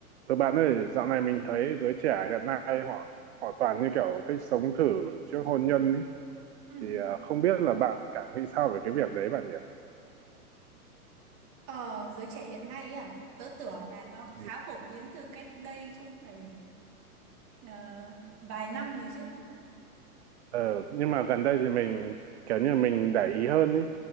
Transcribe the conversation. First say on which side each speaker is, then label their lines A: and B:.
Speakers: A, on the right; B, on the right.
A: Rồi bạn ơi, dạo này mình thấy giới trẻ hiện nay họ họ toàn như kiểu thích sống thử trước hôn nhân ấy.
B: Ừ.
A: Thì à, không biết là bạn cảm nghĩ sao về cái việc đấy bạn nhỉ?
B: Ờ, giới trẻ hiện nay ấy à, tớ tưởng là nó khá
A: Ừ.
B: phổ biến từ cách đây cũng phải ờ, vài năm rồi chứ.
A: Ờ, nhưng mà gần đây thì mình kiểu như mình để ý hơn ấy.